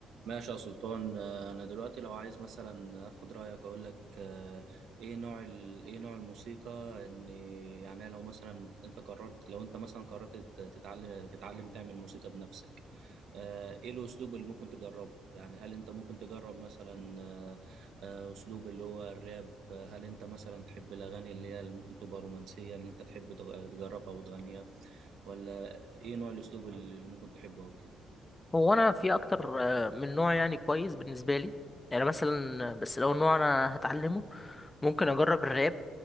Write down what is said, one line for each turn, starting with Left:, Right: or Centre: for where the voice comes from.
Right: ماشي يا سلطان آه، انا دلوقتي لو عايز مثلا اخد رايك اقول لك آه، ايه نوع ال... ايه نوع الموسيقى ان يعني لو مثلا انت قررت لو انت مثلا قررت تت- تتعلم تتعلم تعمل موسيقى بنفسك آه، ايه الاسلوب اللي ممكن تجربه يعني هل انت ممكن تجرب مثلا آه، آه، اسلوب اللي هو الراب آه، هل انت مثلا تحب الاغاني اللي هي اللي ممكن تبقى رومانسية اللي انت تحب تغ- تجربها وتغنيها ولا ايه نوع الاسلوب اللي اللي ممكن تحبه او كده
Left: هو انا في اكتر آه، من نوع يعني كويس بالنسبه لي يعني مثلا بس لو نوع انا هتعلمه ممكن اجرب الراب